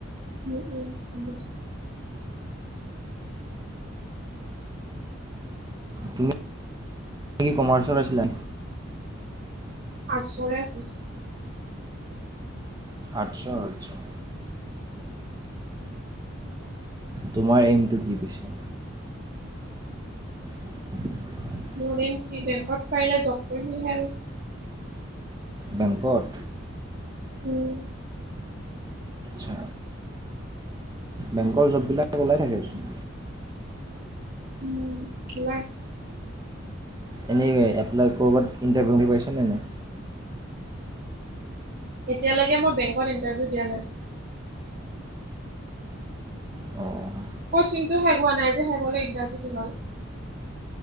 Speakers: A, on the right; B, on the right.
A: উম, উম <unintelligible>
B: তুমি কি কমাৰ্চৰ আছিলা?
A: আৰ্টছ ৰে <unintelligible>
B: আৰ্টচৰ আচ্ছা। তোমাৰ এইমটো কি পিছে? <inaudible>
A: মোৰ এইম কি বেংকত পাৰিলে জব কৰিম বুলি হে আৰু।
B: বেংকত?
A: উম।
B: আচ্ছা, বেংকৰ জববিলাক ওলাই থাকেচোন।
A: উম, উলাই।
B: এনেই এপ্লাই ক'ৰবাত ইণ্টাৰভিউ দি পাইছেনে নাই?
A: এতিয়ালৈকে মই বেংকত ইটাৰভিউ দিয়া নাই।
B: অ'।
A: কচিংটো শেষ হোৱা নাই যে, শেষ হ'লে ইণ্টাৰভিউ দিম আৰু।